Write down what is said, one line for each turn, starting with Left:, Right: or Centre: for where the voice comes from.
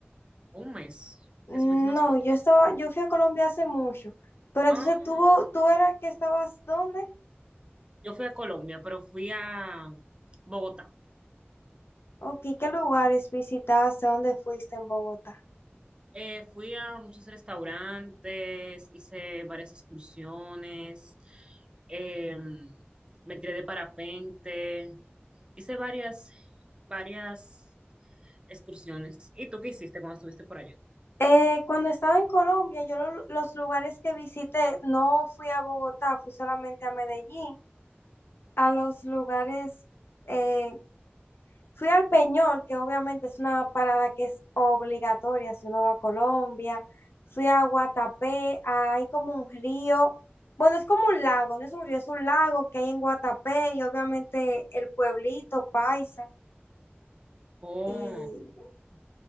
Right: un mes,
Left: No,
Right: que subiste unas fotos.
Left: yo estaba, yo fui a Colombia hace mucho, pero
Right: Ah,
Left: entonces tú, tú era que estabas ¿dónde?
Right: yo fui a Colombia, pero fui a Bogotá.
Left: ¿O qué, qué lugares visitaste? ¿Dónde fuiste en Bogotá?
Right: Eh, fui a muchos restaurantes, hice varias excursiones, eh, me tiré de parapente, hice varias, varias excursiones. ¿Y tú qué hiciste cuando estuviste por allá?
Left: Eh, cuando estaba en Colombia, yo lo- los lugares que visité no fui a Bogotá, fui solamente a Medellín a los lugares, eh, fui al Peñol, que obviamente es una parada que es obligatoria si uno va a Colombia, fui a Guatapé, hay como un río, bueno, es como un lago, no es un río, es un lago que hay en Guatapé y obviamente el pueblito Paisa.
Right: Oh,
Left: Y